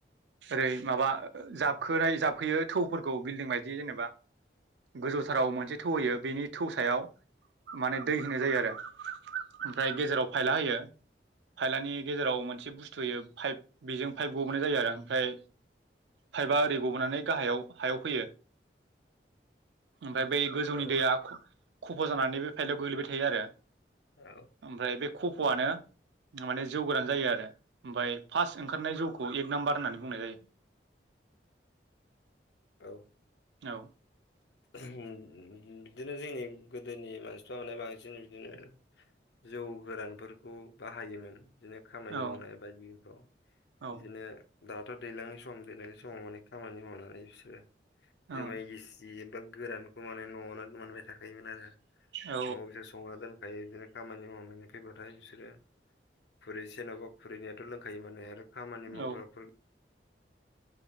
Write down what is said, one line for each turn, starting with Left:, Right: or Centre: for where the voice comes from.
Right: ओरै माबा जाबखोनै जाबखोयो थौफोरखौ बिल्डिं बायदि जेनेबा गोजौथाराव मोनसे थौ होयो बेनि थौ सायाव माने दै होनाय जायो आरो ओमफ्राय गेजेराव फायला होयो फायलानि गेजेराव मोनसे बुस्थु होयो फाइभ बेजों पाइप गबोनाय जायो आरो ओमफ्राय फाइपआ ओरै गबोनानै गाहायाव हायाव फैयो ओमफ्राय बै गोजौनि
Left: औ
Right: दैया खफ' जानानै बे फाइलायाव गोगलैबाय थायो आरो
Left: औ औ
Right: ओमफ्राय बे खफ'आनो माने जौगोरान जायो आरो ओमफ्राय फास्ट ओंखारनाय जौखौ एक नाम्बार होननानै बुंनाय जायो
Left: औ
Right: औ
Left: बिदिनो जोंनि गोदोनि मानसिफ्रा माने बांसिन बिदिनो जौ गोरानफोरखौ बाहायोमोन। बिदिनो खामानि
Right: औ
Left: मावनाय बायदिफ्राव
Right: औ
Left: बिदिनो दाथ' दैज्लांनि सम दैलांनि समाव अनेक खामानि मावनानै बिसोरो
Right: औ
Left: जुमाय गिसि बा गोरानखौ माने न'आवनो मोनबाय थाखायोमोन आरो
Right: औ
Left: न'आव बिसोर संना दोनखायो बिदिनो खामानि मावनानै फैबाथाय बिसोरो खुरै से नङाबा खुरैनैयाथ' लोंखायो माने आरो खामानि
Right: औ
Left: मावग्राफोर